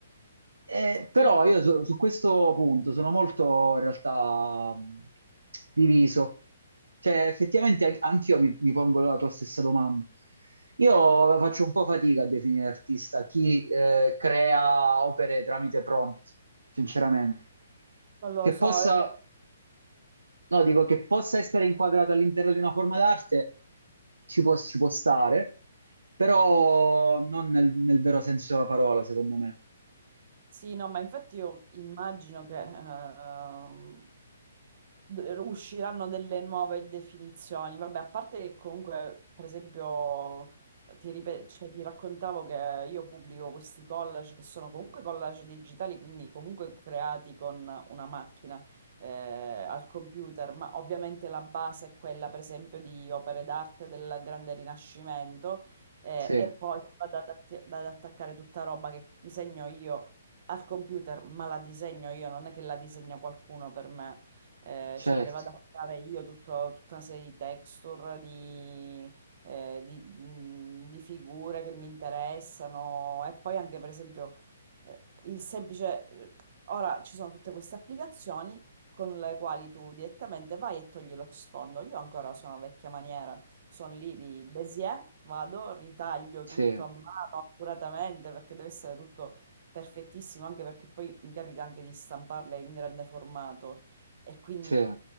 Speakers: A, on the right; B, on the right.
A: Eh, però
B: Sì,
A: io su, su questo punto sono molto in realtà mh, diviso. Cioè, effettivamente an- anch'io mi, mi pongo la tua stessa domanda. Io faccio un po' fatica a definire artista chi eh, crea opere tramite prompt, sinceramente.
B: non lo
A: Che
B: so.
A: possa
B: e poi-
A: No, dico che possa essere inquadrato all'interno di una forma d'arte, ci può, ci può stare, però non nel, nel vero senso della parola, secondo me.
B: Sì, no, ma infatti io immagino che ehm, d- usciranno delle nuove definizioni. Vabbè, a parte che comunque, per esempio, ti, ripe- cioè, ti raccontavo che io pubblico questi collage che sono comunque collage digitali, quindi comunque creati con una macchina eh, al computer, ma ovviamente la base è quella, per esempio, di opere d'arte del Grande Rinascimento. eh,
A: Sì,
B: e poi vado ad, atti- ad attaccare tutta roba che disegno io al computer, ma la disegno io, non è che la disegna qualcuno per me, Eh,
A: certo,
B: cioè me le vado a fare io tutto- tutta una serie di texture, di, eh, di- di- di figure che mi interessano e poi anche per esempio eh, il semplice... eh, Ora ci sono tutte queste applicazioni con le quali tu direttamente vai e togli lo sfondo. Io ancora sono a vecchia maniera, sono lì di Bézier, vado, ritaglio
A: sì,
B: tutto a mano accuratamente perché deve essere tutto perfettissimo, anche perché poi mi capita anche di stamparle in grande formato e quindi
A: sì,